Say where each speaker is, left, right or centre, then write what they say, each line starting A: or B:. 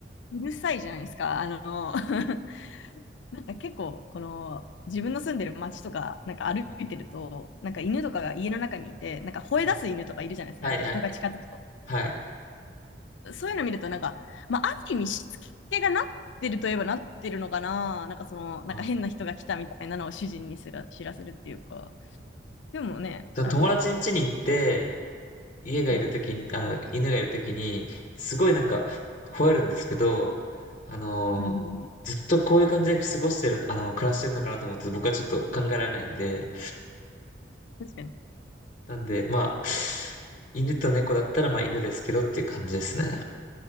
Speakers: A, on the left (about 80°); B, on the left (about 40°).
A: うるさいじゃないですか。あの、<laughs> なんか結構、この、自分の住んでる街とか、なんか歩いてると、
B: はい。
A: なんか犬とかが家の中にいて、なんか吠え出す犬とかいるじゃないですか。
B: はい。はい。
A: なんか人が近づくと。
B: はい。はい
A: そういうの見ると、なんか、まあ、ある意味しつけがなってるといえばなってるのかな。なんかその、なんか変な人が来たみたいなのを主人にすら知らせるっていうか。
B: あ
A: でもね、
B: その友達ん家に行って、
A: あの、
B: 家がいるときに、
A: はい
B: あの、犬がいるときに、すごいなんか、吠えるんですけど、あのずっとこういう感じで過ごしてる、
A: うんうんうん。
B: あの、暮らしてるのかなと思って、僕はちょっと考えられないんで、
A: 確かに。
B: なんで、まあ、犬と猫だったら、まあ犬ですけどっていう感じですね。